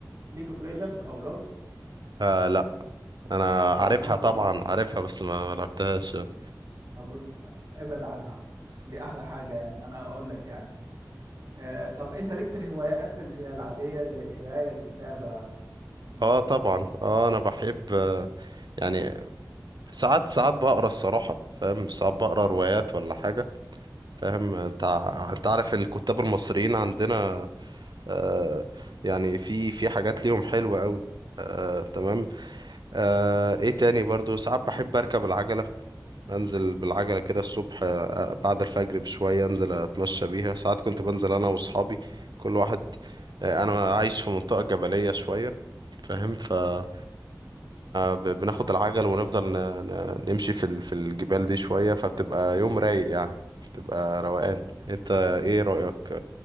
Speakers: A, on the right (about 55°); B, on the right (about 70°).
A: ليج اوف ليجند او لول
B: آه لا انا
A: طب
B: عارفها
A: الحمد
B: طبعا عارفها بس ما لعبتهاش يعني.
A: طب ابعد عنها دي احلى حاجة يعني انا اقول لك يعني آه طب انت ليك في الهوايات اللي هي العادية زي القراية الكتابة مثلا
B: اه طبعا اه انا بحب آه، يعني ساعات ساعات بقرا الصراحه فاهم ساعات بقرا روايات ولا حاجه فاهم انت ع- انت عارف الكتاب المصريين عندنا آه يعني في في حاجات ليهم حلوة قوي آه تمام آه ايه تاني برضو ساعات بحب اركب العجلة انزل بالعجلة كده الصبح آه بعد الفجر بشوية انزل اتمشى بيها ساعات كنت بنزل انا واصحابي كل واحد آه انا عايش في منطقة جبلية شوية فاهم فكنا ب- بناخد العجل ونفضل ن- ن- نمشي في ال- في الجبال دي شوية فبتبقى يوم رايق يعني بتبقى روقان انت ايه رأيك